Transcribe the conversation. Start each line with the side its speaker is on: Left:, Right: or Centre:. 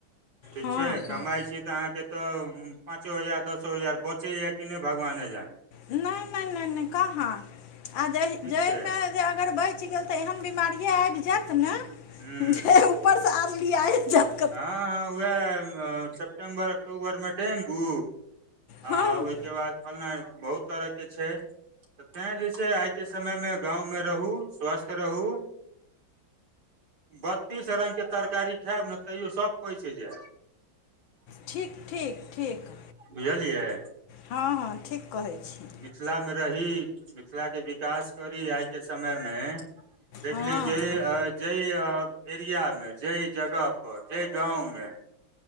Right: ठीक
Left: हँ
Right: छै
Left: हँ
Right: कमाइ छी तऽ अहाँके तऽ पाँचो हजार दसो हजार बचैया कि नै भगवाने जानै
Left: नहि नहि नहि नहि कहाँ आ जहि
Right: ठीक
Left: जाहिमे
Right: छै
Left: में अगर बैच गेल तऽ एहन बिमारीये आबि जैत न
Right: हूँ
Left: जे उप उपरस आर लियाए जैत।
Right: हँ हँ उएह सेप्टेम्बर अक्टूबरमे डेंगू
Left: हँ
Right: आ ओहिके बाद फल्ला बहुत तरहके छै। तऽ तैं जे छै, आइके समयमे गाँवमे रहू स्वस्थ रहू। बत्तीस रंग के तरकारी खैब ने तैयो सब पैच जैत
Left: ठीक- ठीक -ठीक
Right: बुझलियै?
Left: हँ हँ ठीक कहै छी।
Right: मिथिला मे रही, मिथिलाके विकास करी, आइके समयमे। देखलियौ
Left: हँ
Right: जे जाहि आ एरिया मे, जाहि जगह पर जाहि गाँंव मे।